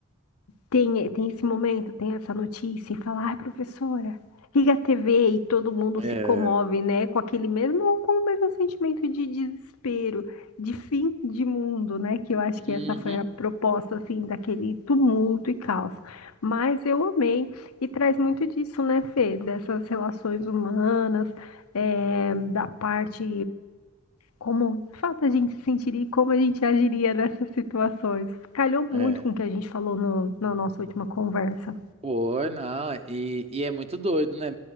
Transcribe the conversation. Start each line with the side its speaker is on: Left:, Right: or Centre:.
Left: tem, tem esse momento, tem essa notícia e fala, ai, professora, liga a TV e todo mundo
Right: é.
Left: se comove, né? Com aquele mesmo, com o mesmo sentimento de desespero, de fim de mundo, né? Que eu acho
Right: Uhum,
Left: que essa foi a proposta, assim, daquele tumulto e caos. Mas eu amei e traz muito disso, né, Fê? Dessas relações humanas, é, da parte como, de fato, a gente se sentiria e como a gente agiria nessas situações. Calhou muito
Right: é.
Left: com o que a gente falou no, na nossa última conversa.
Right: Pô, não, e, e é muito doido, né?